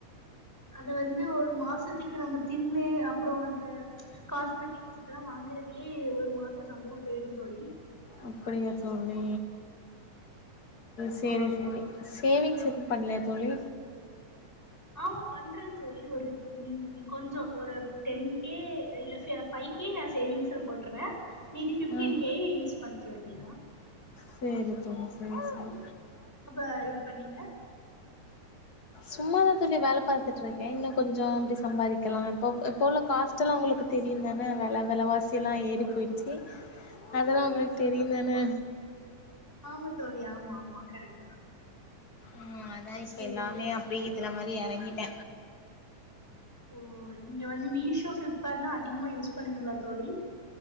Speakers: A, in the centre; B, on the left.
A: அது வந்து ஒரு மாசத்துக்கு நம்ம தின்னு அப்றோ அந்த காஸ்மெட்டிக்ஸ் இதெல்லா வாங்கறதுலயே ஒரு மாசோ சம்பளோ போயிரு தோழி
B: அப்படியா தோழி சேரி
A: ஆமா
B: சேரி சேவிங்ஸ் எதுவு பன்லயா தோழி
A: ஆமா பண்றே தோழி ஒரு ம் கொஞ்சோ ஒரு டென் கே இல்ல ச பைவ் கே நா சேவிங்ஸ்ல போட்டுருவே மீதி பிப்டீன்
B: ம்
A: கே யூஸ் பண்ணிக்க வேண்டியதா
B: சேரி தோழி சேரி சேரி
A: அ இது பண்ணீங்க
B: சும்மாதா தோழி வேல பாத்துட்ருக்கே இன்னு கொஞ்சோ அப்டி சம்பாரிக்கலா இப்போ இப்ப உள்ள காஸ்ட்டெல்லா உங்களுக்கு தெரியுந்தானே வெல வெலவாசியெல்லா ஏறி போய்ருச்சு அதெல்லா உங்களுக்கு தெரியு தானே
A: ஆமா தோழி ஆமா ஆமா கரெக்ட்டு தா
B: ஆ அதா இப்ப
A: சேரி
B: எல்லாமே அப்டி இதுல மாரி எறங்கிட்ட
A: ஓ நீங்க வந்து மீஷோ ஃப்ளிப்கார்ட்லா அதிகமாக யூஸ் பண்ணுவீங்களா தோழி